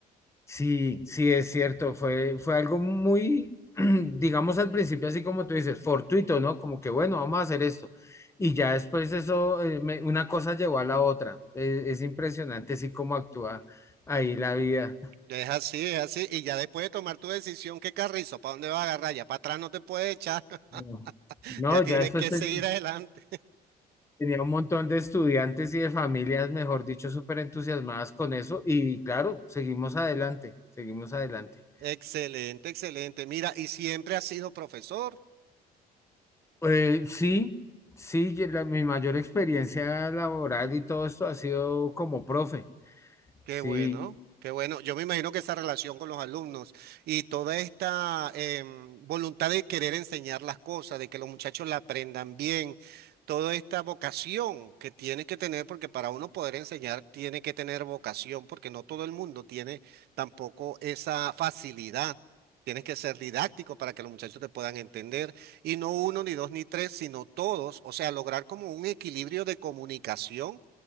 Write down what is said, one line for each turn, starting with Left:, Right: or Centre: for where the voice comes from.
Left: Sí, sí, es cierto, fue, fue algo muy, <clears throat> digamos al principio, así como tú dices, fortuito, ¿no? Como que bueno, vamos a hacer esto. Y ya después eso, eh, me- una cosa llevó a la otra. Eh, es impresionante, así como actúa ahí la vida.
Right: Es así, es así. Y ya después de tomar tu decisión, ¿qué carrizo? ¿Para dónde vas a agarrar? Ya para atrás no te puedes echar,
Left: No,
Right: <laughs>
Left: no,
Right: ya tienes
Left: ya después
Right: que
Left: te-
Right: seguir adelante.
Left: tenía un montón de estudiantes y de familias, mejor dicho, súper entusiasmadas con eso. Y claro, seguimos adelante, seguimos adelante.
Right: Excelente, excelente. Mira, y siempre has sido profesor.
Left: Eh, sí, sí, ye- la- mi mayor experiencia laboral y todo esto ha sido como profe.
Right: Qué
Left: Sí,
Right: bueno, qué bueno. Yo me imagino que esa relación con los alumnos y toda esta em, voluntad de querer enseñar las cosas, de que los muchachos la aprendan bien, toda esta vocación que tiene que tener, porque para uno poder enseñar tiene que tener vocación, porque no todo el mundo tiene tampoco esa facilidad. Tienes que ser didáctico para que los muchachos te puedan entender, y no uno, ni dos, ni tres, sino todos, o sea, lograr como un equilibrio de comunicación